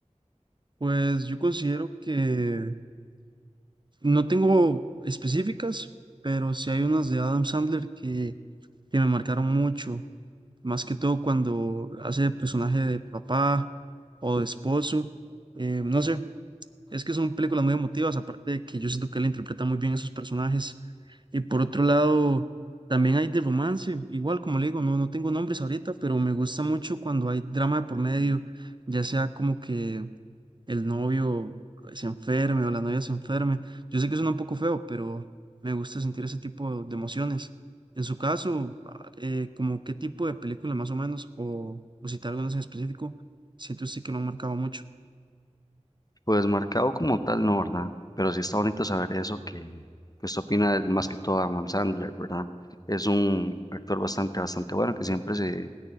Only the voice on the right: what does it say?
Pues yo considero que No tengo específicas, pero sí hay unas de Adam Sandler que, que me marcaron mucho, más que todo cuando hace el personaje de papá o de esposo. eh, no sé, es que son películas muy emotivas, aparte de que yo siento que él interpreta muy bien a esos personajes. Y por otro lado, también hay de romance, igual como le digo, no, no tengo nombres ahorita, pero me gusta mucho cuando hay drama de por medio, ya sea como que el novio se enferme o la novia se enferme. Yo sé que suena un poco feo, pero me gusta sentir ese tipo de emociones. En su caso, ah, eh, como qué tipo de película más o menos, o, o citar algunas en específico, siento usted que lo han marcado mucho.